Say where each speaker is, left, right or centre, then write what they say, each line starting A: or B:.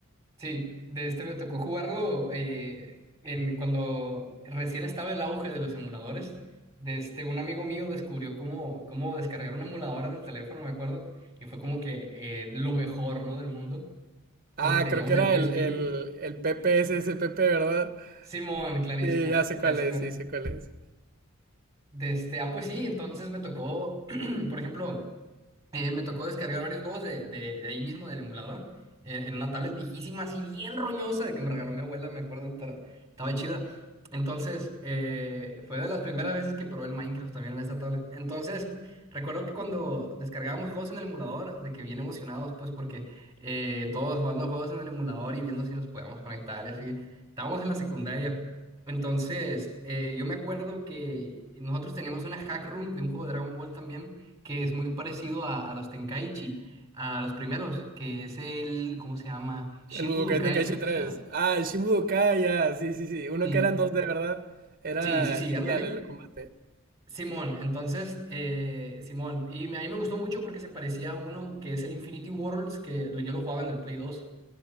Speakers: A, on the right (about 15°); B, on the right (about 45°).
A: Sí, de este me tocó jugarlo eh, en cuando recién estaba el auge de los emuladores. De este, un amigo mío descubrió cómo, cómo descargar una emuladora del teléfono, me acuerdo, y fue como que eh, lo mejor, ¿no? del mundo, porque
B: Ah,
A: teníamos
B: creo que era
A: el PSP.
B: el, el, el PPSSPP, ¿verdad?
A: Simón, clarísimo,
B: Sí, ya sé cuál
A: ese
B: es,
A: mero.
B: sí, sé cuál es.
A: De este, ah, pues sí, entonces me tocó, <clears throat> por ejemplo. Eh, me tocó descargar varios juegos de, de- de ahí mismo, del emulador, eh, en una tablet viejísima, así bien roñosa, de que me regaló mi abuela, me acuerdo, pero estaba chida. Entonces, eh, fue de las primeras veces que probé el Minecraft también en esta tablet. Entonces, recuerdo que cuando descargábamos juegos en el emulador, de que bien emocionados, pues porque eh, todos jugando juegos en el emulador y viendo si nos podíamos conectar, así. Estábamos en la secundaria. Entonces, eh, yo me acuerdo que nosotros teníamos una hack room de un juego de Dragon Ball también que es muy parecido a, a los Tenkaichi, a los primeros, que es el, ¿cómo se llama? Shin
B: El Budokai
A: Budokai,
B: Tenkaichi
A: creo que
B: tres
A: sea.
B: Ah, el Shin Budokai, ya, sí, sí, sí. Uno
A: Sí,
B: que eran dos de verdad, era
A: sí, sí, sí,
B: lineal
A: ándale.
B: el combate.
A: Simón, entonces, eh, Simón, y me- a mí me gustó mucho porque se parecía a uno que es el Infinity Worlds, que lo- yo lo jugaba en el Play 2.